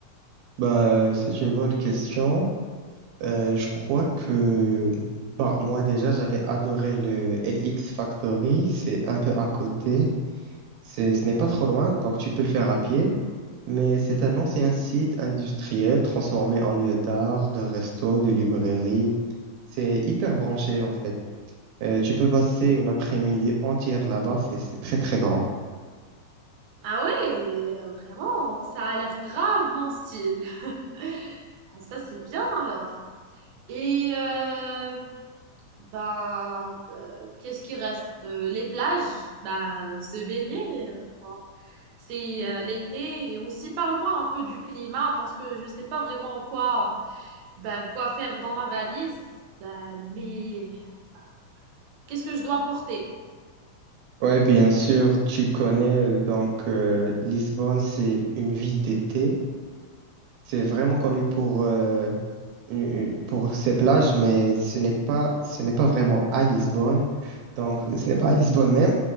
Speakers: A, on the right (about 85°); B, on the right (about 75°).
A: Bah, c'est une bonne question. Euh, je crois que bah, moi déjà, j'avais adoré le LX Factory. C'est un peu à côté. C'est, ce n'est pas trop loin, donc tu peux le faire à pied. Mais c'est un ancien site industriel transformé en lieu d'art, de resto, de librairie. C'est hyper branché en fait. Euh, tu peux passer une après-midi entière là-bas. C'est c'est très très grand.
B: Ah ouais, euh, vraiment, ça a l'air grave mon style. <laughs> Ah, ça, c'est bien alors. Et euh, bah, euh, qu'est-ce qui reste? Euh, Les plages, bah, se baigner, euh, quoi. C'est euh, l'été. Et aussi, parle-moi un peu du climat parce que je ne sais pas vraiment en quoi. Bah, quoi faire dans ma valise? Bah, mais bah, qu'est-ce que je dois porter?
A: Ouais, bien sûr, tu connais. euh, Donc, euh, Lisbonne, c'est une ville d'été. C'est vraiment connu pour, euh, euh, pour ces plages, mais ce n'est pas, ce n'est pas vraiment à Lisbonne. Donc, euh, ce n'est pas à Lisbonne même,